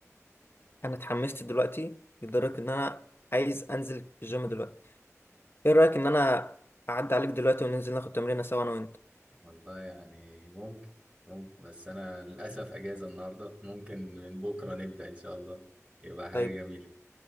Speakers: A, on the left; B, on the right.
A: انا اتحمست دلوقتي لدرجه ان انا عايز انزل الجيم دلوقتي ايه رايك ان انا اعدي عليك دلوقتي وننزل ناخد تمرينه سوا انا وانت
B: والله يعني ممكن ممكن بس انا للأسف اجازة النهاردة ممكن من بكرة نبدأ ان شاء الله يبقى حاجة
A: طيب
B: جميلة